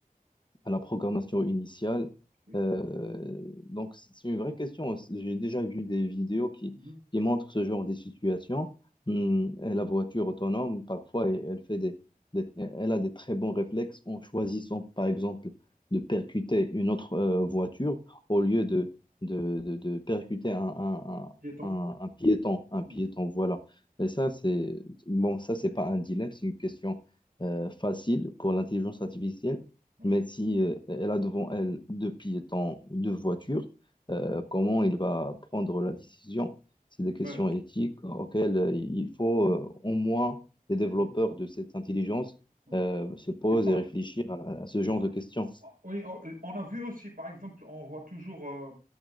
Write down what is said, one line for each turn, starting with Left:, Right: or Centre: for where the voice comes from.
Left: à la programmation initiale.
Right: Oui.
Left: Euh, donc, c'est une vraie question. J'ai déjà vu des vidéos qui,
Right: Mhm.
Left: qui montrent ce genre de situation. Hum, et la voiture autonome, parfois, elle, elle fait des, des- elle a des très bons réflexes en choisissant, par exemple, de percuter une autre euh, voiture au lieu de, de, de, de percuter un, un,
Right: Piéton?
Left: un, un- un piéton. Un
Right: Oui,
Left: piéton, voilà. Et ça, c'est bon, ça, c'est pas un dilemme, c'est une question euh, facile pour l'intelligence artificielle
Right: oui,
Left: mais si euh, elle a devant elle deux piétons, deux voitures, euh, comment il va prendre la décision? C'est des questions
Right: ouais,
Left: éthiques auxquelles euh, il faut euh, au moins les développeurs
Right: oui,
Left: de cette intelligence
Right: oui.
Left: euh, se posent
Right: Qui parle,
Left: et réfléchir à, la- à ce
Right: bien
Left: genre
Right: sûr.
Left: de questions.
Right: Ah, oui, on, on a vu aussi, par exemple, on voit toujours, euh,